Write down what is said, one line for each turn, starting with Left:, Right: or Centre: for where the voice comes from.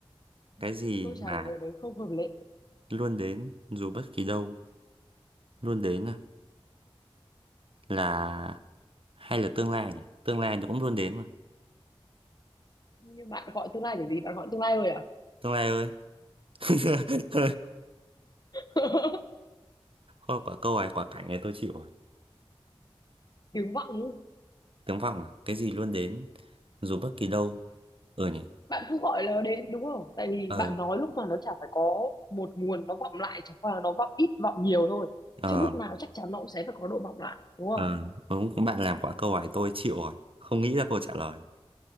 Right: cái gì
Left: Tôi
Right: mà
Left: trả lời đấy không hợp lệ.
Right: luôn đến dù bất kỳ đâu luôn đến à là hay là tương lai nhỉ tương lai nó cũng luôn đến mà
Left: Nhưng bạn gọi tương lai kiểu gì? Bạn gọi tương lai rồi à?
Right: tương lai ơi <laughs>
Left: <laughs>
Right: thôi quả câu này quả cảnh này tôi chịu rồi
Left: Tiếng vọng.
Right: tiếng vọng à cái gì luôn đến dù bất kỳ đâu ừ nhỉ
Left: bạn cứ gọi nó đến đúng không tại vì
Right: ờ
Left: bạn nói lúc mà nó chả phải có một nguồn nó vọng lại chẳng qua là nó vọng ít vọng nhiều thôi
Right: ờ
Left: chứ lúc nào chắc chắn nó cũng sẽ phải có độ vọng lại đúng không
Right: ờ đúng cũng bạn làm quả câu hỏi tôi chịu rồi không nghĩ ra câu trả lời